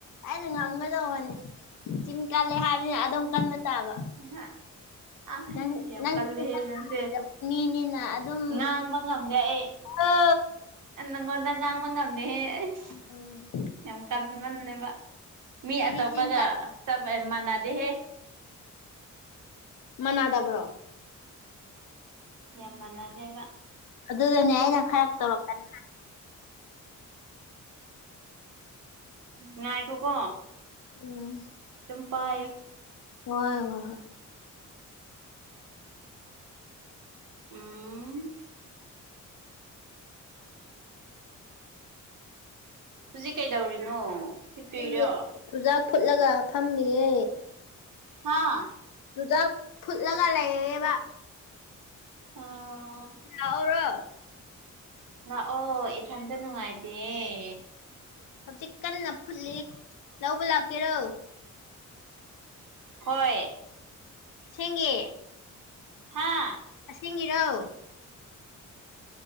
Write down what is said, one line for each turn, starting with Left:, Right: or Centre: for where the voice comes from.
Left: ꯑꯩꯅ ꯉꯥꯡꯂꯒ ꯑꯣꯏꯅꯤ ꯆꯝ ꯀꯜꯂꯦ ꯍꯥꯏꯕꯅꯤꯅ ꯑꯗꯨꯝ ꯀꯟꯕ ꯇꯥꯕ
Right: ꯍꯥ ꯑ
Left: ꯅꯪ
Right: ꯌꯥꯝ
Left: ꯅꯪ
Right: ꯀꯜꯂꯦꯍꯦ
Left: ꯆꯤꯟ ꯀꯟꯕ
Right: ꯅꯪꯁꯦ
Left: ꯍꯩꯇꯕ ꯃꯤꯅꯤꯅ ꯑꯗꯨꯝ
Right: ꯉꯥꯡꯕ ꯉꯝꯗꯦ ꯑꯩ
Left: ꯉꯥꯡꯉꯣ
Right: ꯅꯪꯉꯣꯗ ꯉꯥꯡꯕ ꯉꯝꯗꯦꯍꯦ ꯑꯩ
Left: ꯎꯝ
Right: ꯌꯥꯝ ꯀꯟꯃꯜꯂꯦꯕ ꯃꯤ
Left: ꯑꯩꯗꯤ
Right: ꯑꯇꯣꯞꯄꯒ
Left: ꯆꯤꯟ
Right: ꯆꯞ ꯃꯥꯟꯅꯗꯦꯍꯦ
Left: ꯃꯅꯥꯗꯕ꯭ꯔꯣ
Right: ꯌꯥꯝꯃꯅꯥꯗꯦꯕꯥ
Left: ꯑꯗꯨꯗꯅꯦ ꯑꯩꯅ ꯈꯔ ꯇꯧꯔꯛꯀꯅꯤ
Right: ꯉꯥꯏꯈꯣꯀꯣ
Left: ꯎꯝ
Right: ꯑꯗꯨꯝ ꯄꯥꯏꯌꯨ
Left: ꯍꯣꯏ ꯍꯣꯏ ꯍꯣꯏ
Right: ꯎꯝ ꯍꯧꯖꯤꯛ ꯀꯩꯗꯧꯔꯤꯅꯣ ꯍꯤꯞꯄꯤꯔꯣ
Left: ꯐꯃꯤ ꯆꯨꯖꯥꯛ ꯐꯨꯠꯂꯒ ꯐꯝꯃꯤꯌꯦ
Right: ꯍꯥꯥ
Left: ꯆꯨꯖꯥꯛ ꯐꯨꯠꯂꯒ ꯂꯩꯌꯦꯕ
Right: ꯑꯣ
Left: ꯂꯛꯎꯔꯣ
Right: ꯂꯥꯛꯀꯣ ꯏꯊꯟꯇ ꯅꯨꯡꯉꯥꯏꯇꯌꯦ
Left: ꯍꯧꯖꯤꯛ ꯀꯟꯅ ꯐꯨꯠꯂꯤ ꯂꯧꯕ ꯂꯥꯛꯀꯦꯔꯣ
Right: ꯍꯣꯏ
Left: ꯁꯒꯤ
Right: ꯍꯥꯥ
Left: ꯑꯁꯦꯡꯒꯤꯔꯧ